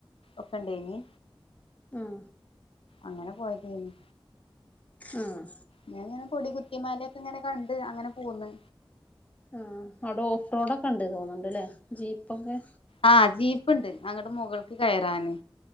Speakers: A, on the left; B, on the left.
A: ഒക്കെണ്ടേയ് നി
B: ഉം
A: അങ്ങനെ പോയതേനി
B: ഉം
A: ഞാൻ ഇങ്ങനെ കൊടി കുത്തി മലക്കെ ഇങ്ങനെ കണ്ട് അങ്ങനെ പോന്ന്
B: ആഹ് അവിടെ ഓഫ് റോഡൊക്കെ ഉണ്ട് തോന്നുണ്ട്ല്ലേ ജീപ്പൊക്കെ
A: ആഹ് ജീപ്പ്ണ്ട് അങ്ങട്ട് മുകൾക്ക് കയറാന്